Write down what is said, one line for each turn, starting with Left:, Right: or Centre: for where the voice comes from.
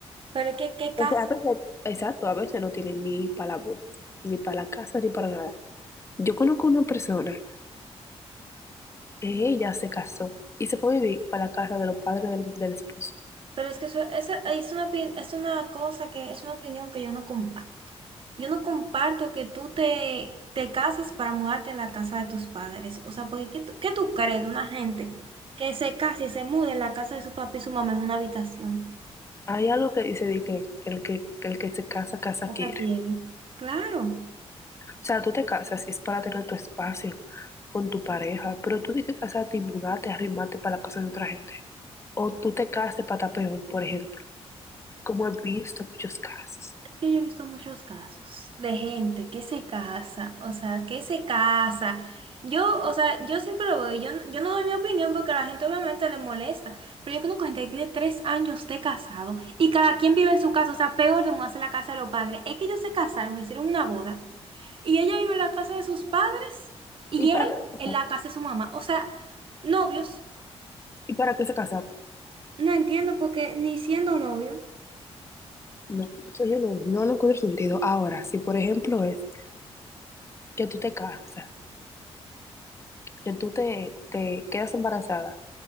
Right: Pero es que, ¿qué casa?
Left: Entonces, a veces, exacto, a veces no tienen ni para la boda, ni para la casa, ni para nada. Yo conozco una persona que ella se casó y se fue a vivir para la casa de los padres del, del esposo.
Right: Pero es que eso, esa- es una, opi- es una cosa que es una opinión que yo no comparto. Yo no comparto que tú te, te cases para mudarte a la casa de tus padres. O sea, porque ¿qué tú, qué tú crees de una gente que se case y se mude en la casa de su papá y su mamá en una habitación?
Left: Hay algo que dice de que, que el que, que el que se casa, casa
Right: No
Left: quiere.
Right: se quiere. Claro,
Left: O sea, tú te casas y es para tener tu espacio con tu pareja, pero tú di que casarte y mudarte, arrimarte para la casa de otra gente. O tú te casaste para estar peor, por ejemplo, como he visto muchos casos.
Right: es que yo he visto muchos casos de gente que se casa, o sea, que se casa. Yo, o sea, yo siempre lo veo, yo, no- yo no doy mi opinión porque a la gente obviamente le molesta, pero yo conozco gente que tiene tres años de casado y cada quien vive en su casa, o sea, peor de mudarse a la casa de los padres. Es que ellos se casaron, hicieron una boda y ella vive en la casa de sus padres y
Left: ¿Y para
Right: él
Left: qué, se
Right: en
Left: casaron?
Right: la casa de su mamá, o sea, novios.
Left: ¿Y para qué se casaron?
Right: No entiendo porque ni siendo novio.
Left: No, eso yo no, no lo encuentro sentido. Ahora, si por ejemplo es que tú te casas, que tú te, te quedas embarazada